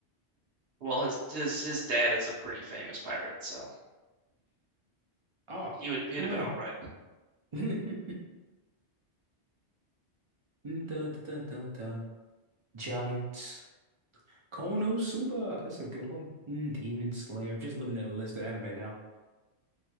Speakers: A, on the right; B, on the right.
A: Well, his his his dad is a pretty famous pirate, so
B: Oh.
A: he would he'd
B: Ah.
A: have been all right.
B: <laughs> Dun, dun, dun, dun, dun. Giants. Konosuba. That's a good one. Mm, Demon Slayer. I'm just looking at a list of anime now.